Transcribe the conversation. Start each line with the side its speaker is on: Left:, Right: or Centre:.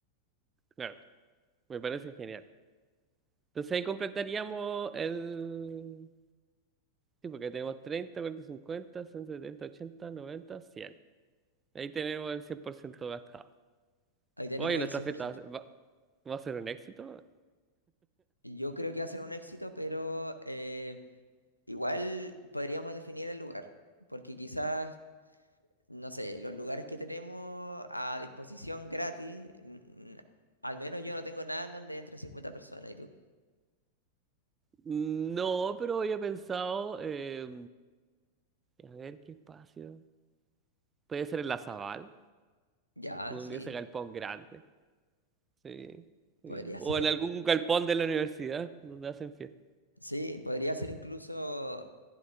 Right: claro, me parece genial. Entonces ahí completaríamos el... Sí, porque tenemos 30, 40, 50, 60, 70, 80, 90, 100. Ahí tenemos el 100% gastado.
Left: Ahí tenemos
Right: Hoy nuestra
Left: el 100%.
Right: fiesta va, a ser va- va a ser un éxito.
Left: Y Yo creo que va a ser un éxito, pero eh, igual podríamos definir el lugar, porque quizás, no sé, los lugares que tenemos a disposición gratis, mm, al menos yo no tengo nada en donde entren 50 personas, ¿y tú?
Right: No, pero había pensado... eh, a ver qué espacio. Puede ser en la Zabal,
Left: Ya,
Right: con
Left: sí,
Right: ese galpón grande. Sí, sí.
Left: podría
Right: O
Left: ser.
Right: en algún galpón de la universidad donde hacen fiesta.
Left: Sí, podría ser incluso